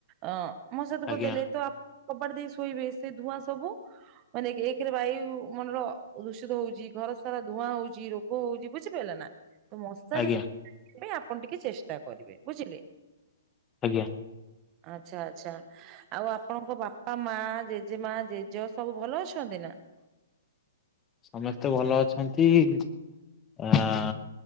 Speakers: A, on the right; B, on the left.
A: ଅ ମଶା ଧୂପ
B: ଆଜ୍ଞା
A: ଦେଲେ ତ ଆପ କବାଟ ଦେଇ ଶୋଇବେ ସେ ଧୂଆଁ ସବୁ ମାନେ ଏକ୍ ଏକେରେ ବାୟୁ ମନର ରୁଶିତ ହୋଉଚି ଘର ସାରା ଧୂଆଁ ହୋଉଚି ରୋଗ ହୋଉଚି ବୁଝିପାଇଲେ ନାଁ? ତ ମଶାରୀ
B: ଆଜ୍ଞା
A: ଏବେ ଆପଣ ଟିକେ ଚେଷ୍ଟା କରିବେ ବୁଝିଲେ?
B: ଆଜ୍ଞା।
A: ଆଚ୍ଛା ଆଚ୍ଛା। ଆଉ ଆପଣଙ୍କ ବାପା ମା ଜେଜେମା ଜେଜେ ସବୁ ଭଲ ଅଛନ୍ତି ନାଁ?
B: ସମସ୍ତେ ଭଲ ଅଛନ୍ତି କା ଆ